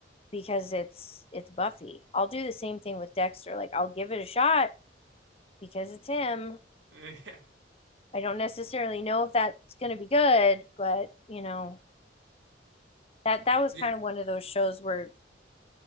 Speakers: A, on the left; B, on the right.
A: because it's it's Buffy. I'll do the same thing with Dexter. Like I'll give it a shot because it's him.
B: it. <laughs> Yeah,
A: I don't necessarily know if that's going to be good, but you know, that that was
B: yeah,
A: kind of one of those shows where